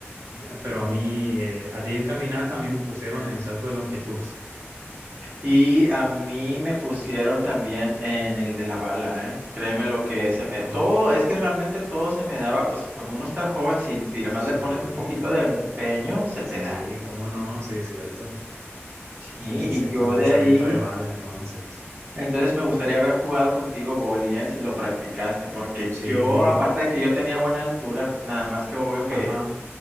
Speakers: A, on the right; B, on the right.
A: ya, pero
B: ujú.
A: a mí, eh, a ti en caminata, a mí me pusieron en salto de longitud. <laughs>
B: Y a mí me pusieron también en el de la bala, ¿eh? Créeme lo que se me...
A: Ah,
B: Todo, es que realmente todo se me daba, pues es cuando uno está joven, si te- además
A: sí,
B: le pones un poquito de empeño, se
A: sí,
B: te da.
A: cómo no, sí, cierto.
B: Sí, y
A: Sí, sí, cierto,
B: yo
A: el lanzamiento
B: de ahí,
A: de bala entonces.
B: entonces me gustaría haber jugado contigo boli, ¿eh? Si lo practicaste, porque
A: Sí,
B: yo, aparte de que yo tenía buena altura, nada más que obvio que
A: ajá,